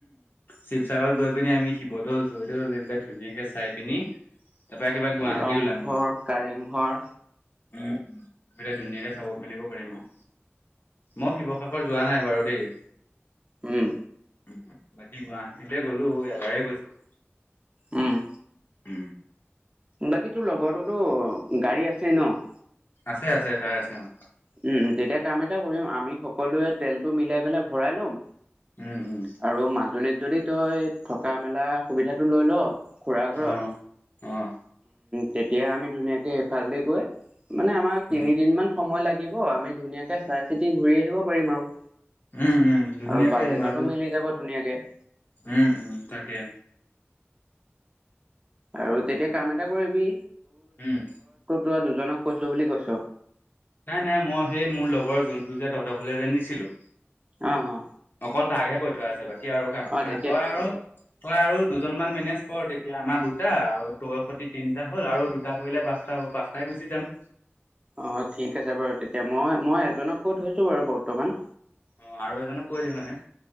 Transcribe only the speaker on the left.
শিৱসাগৰত গৈ পিনি আমি শিৱদৌল, জয়দৌল এইবিলাক ধুনীয়াকৈ চাই পিনি তাৰ পৰা একে বাৰে গুৱাহাটী
ওলাম গে।
উম। বিলাক ধুনীয়াকে চাব মেলিব পাৰিম আও। মই শিৱসাগৰ যোৱা নাই বাৰু দেই।
উ বাকী গুৱাহাটীতে গলো এবাৰেই গৈছো।
উম।
আছে, আছে। তাৰ আছে, অ।
উম, উম,
অ', অ',
উম,
উম, উম, ধুনীয়াকে
মাজু
উম, উম তাকে।
উম।
নাই, নাই। মই সেই মোৰ লগৰ জোনটো যে তহঁতৰ ঘৰলে যে নিছিলো
অকল তাকহে কৈ থোৱা আছে। বাকী আৰু কাকো
নাই।
তই আৰু তই আৰু দুজনমান মেনেজ কৰ। তেতিয়া আমাৰ দুটা আৰু তয়সতি তিনটা হ'ল আৰু দুটা কৰিলে পাঁচটা পাঁচটাই গুচি যাম।
অ আৰু এজনক কৈ দে মানে।